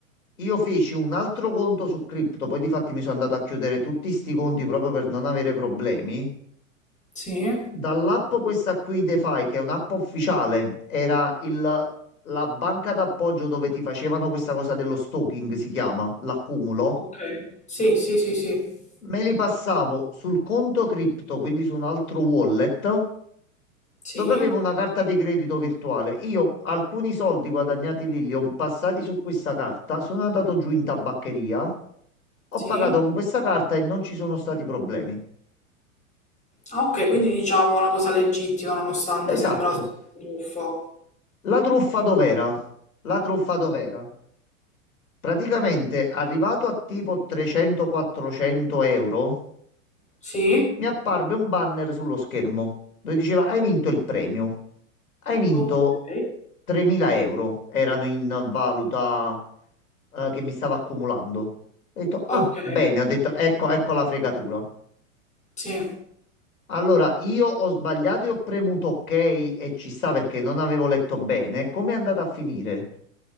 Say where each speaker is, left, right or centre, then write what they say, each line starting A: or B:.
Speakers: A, on the left; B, on the left.
A: io feci un altro conto su cripto, poi di fatti mi sono andato a chiudere tutti sti conti proprio per non avere problemi.
B: Sì,
A: Dall'app questa qui, DeFi, che è un'app ufficiale, era il- la banca d'appoggio dove ti facevano questa cosa dello staking, si chiama, l'accumulo.
B: ok, sì, sì, sì, sì,
A: Me li passavo sul conto cripto, quindi su un altro wallet,
B: sì,
A: dove avevo una carta di credito virtuale. Io alcuni soldi guadagnati lì li ho passati su questa carta, sono andato giù in tabaccheria, ho
B: sì.
A: pagato con questa carta e non ci sono stati problemi.
B: Ah, ok, quindi diciamo una cosa legittima nonostante
A: Esatto.
B: sembrasse un buffo.
A: La truffa dov'era? La truffa dov'era? Praticamente, arrivato a tipo 300-400 euro,
B: Sì,
A: mi apparve un banner sullo schermo dove diceva: Hai vinto il premio. Hai vinto
B: ok,
A: 3.000 euro. Erano in valuta eh, che mi stava accumulando. Ho detto: Ah,
B: ok,
A: bene. Ho detto: Ecco, ecco la fregatura.
B: sì.
A: Allora, io ho sbagliato e ho premuto ok e ci sta perché non avevo letto bene. Come è andata a finire?